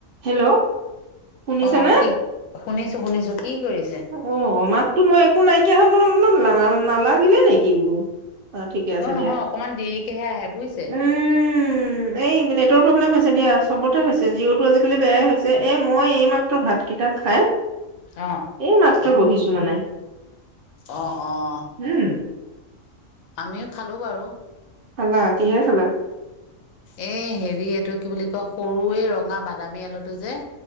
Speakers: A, on the right; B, on the left.
A: Hello শুনিছানে?
B: অ' কি? শুনিছো শুনিছো। কি কৰিছে?
A: অ' মাতটো মই একো নাইকিয়া হৈ গ'ল। মই বোলো না-নালাগিলে নেকি বোলো। অ', ঠিকে আছে
B: নহয়
A: দিয়া।
B: অকমান দেৰিকেহে আহে বুজিছে
A: উম। এই নেটৰ প্ৰ'ব্লেম হৈছে দিয়া। চবতে হৈছে, জিঅ'টো আজি কালি বেয়াই হৈছে। এ মই এইমাত্ৰ ভাত কেইটা খাই
B: অ'।
A: এই মাত্ৰ বহিছো মানে।
B: অ', অ'।
A: উম।
B: আমি খালো বাৰু।
A: খালা, কিহেৰে খালা?
B: এ হেৰি এইটো কি বুলি কয়, সৰু এই ৰঙা বাদামী আলুটো যে।